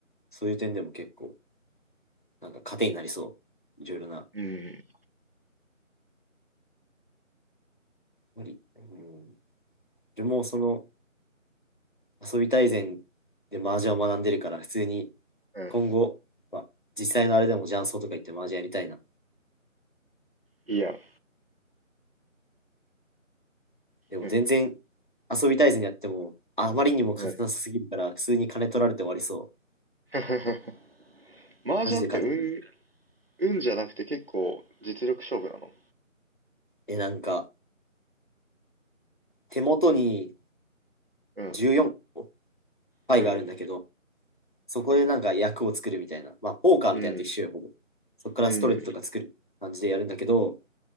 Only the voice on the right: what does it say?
う。うん。
うん。
いいやん。
うん。
うん
<laughs>。麻雀って運、
運じゃなくて結構実力勝負なの
うん。
うん。
うん。
うん。